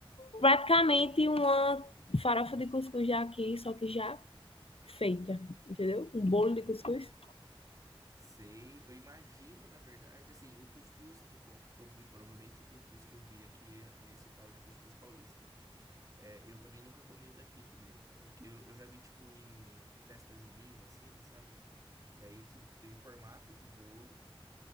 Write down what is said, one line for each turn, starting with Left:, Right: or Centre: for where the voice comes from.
Left: praticamente uma farofa de cuscuz já aqui, só que já feita, entendeu? Um
Right: Sim.
Left: bolo de cuscuz.
Right: Sei, eu imagino, na verdade, assim, o cuscuz, é bom, pro- muito provavelmente o cuscuz que eu vi aqui é, é esse tal de cuscuz paulista. É, eu também nunca comi o daqui também. O que eu, eu já vi, tipo, em festa junina, assim, sabe? E aí, tipo, tem um formato de bolo,